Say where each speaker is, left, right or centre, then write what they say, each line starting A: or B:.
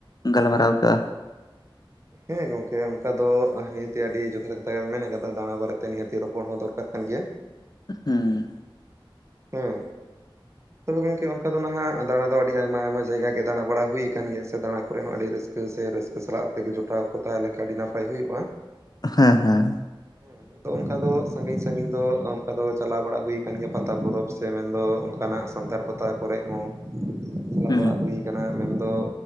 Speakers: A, on the left (about 45°); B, on the right (about 30°).
A: ᱜᱟᱞᱢᱟᱨᱟᱣ ᱠᱟᱹᱜᱼᱟ᱾
B: ᱦᱮᱸ ᱜᱚᱝᱠᱮ ᱚᱱᱠᱟ ᱫᱚ ᱱᱤᱦᱟᱹᱛᱤ ᱟᱹᱰᱤ ᱡᱚᱛᱷᱟᱛ ᱠᱟᱛᱷᱟ ᱜᱮ ᱢᱮᱱ ᱠᱟᱫᱟ ᱫᱟᱬᱟ ᱵᱟᱨᱮᱛᱮ ᱱᱤᱦᱟᱹᱛᱤ ᱨᱚᱯᱚᱲ ᱦᱚᱸ ᱫᱚᱨᱠᱟᱨ ᱠᱟᱱ ᱜᱮᱭᱟ᱾
A: ᱦᱩᱸ᱾
B: ᱦᱮᱸ᱾ ᱛᱚᱵᱮ ᱜᱚᱝᱠᱮ ᱚᱱᱠᱟ ᱫᱚ ᱱᱟᱦᱟᱜ ᱫᱟᱬᱟ ᱫᱚ ᱟᱹᱰᱤ ᱟᱭᱢᱟ ᱟᱭᱢᱟ ᱡᱟᱭᱜᱟ ᱜᱮ ᱫᱟᱬᱟ ᱵᱟᱲᱟ ᱦᱩᱭ ᱠᱟᱱ ᱜᱮᱭᱟ ᱥᱮ ᱫᱟᱬᱟ ᱠᱚᱨᱮ ᱦᱚᱸ ᱟᱹᱰᱤ ᱨᱟᱹᱥ ᱠᱟᱹ ᱥᱮ ᱨᱟᱹᱥᱠᱟᱹ ᱥᱟᱞᱟᱜ ᱛᱮᱜᱮ ᱡᱚᱴᱟᱣ ᱠᱚ ᱛᱟᱦᱮᱸ ᱞᱮᱱᱠᱷᱟᱱ ᱟᱹᱰᱤ ᱱᱟᱯᱟᱭ ᱦᱩᱭᱩᱜᱼᱟ᱾
A: ᱦᱮᱸ ᱦᱮᱸ
B: ᱦᱮ᱾ ᱫᱚ ᱚᱱᱠᱟ ᱫᱚ ᱥᱟᱺᱜᱤᱧ ᱥᱟᱺᱜᱤᱧ ᱫᱚ ᱚᱱᱠᱟ ᱫᱚ ᱪᱟᱞᱟᱣ ᱵᱟᱲᱟᱜ ᱦᱩᱭ ᱠᱟᱱ ᱜᱮᱭᱟ ᱯᱟᱛᱟ ᱯᱚᱨᱚᱵᱽ ᱥᱮ ᱢᱮᱱᱫᱚ ᱚᱱᱠᱟᱱᱟᱜ ᱥᱟᱱᱛᱟᱲ ᱯᱟᱛᱟ ᱠᱚᱨᱮᱜ ᱦᱚᱸ, ᱪᱟᱞᱟᱣ
A: ᱦᱩᱸ
B: ᱵᱟᱲᱟ ᱦᱩᱭ ᱠᱟᱱᱟ ᱢᱮᱱᱫᱚ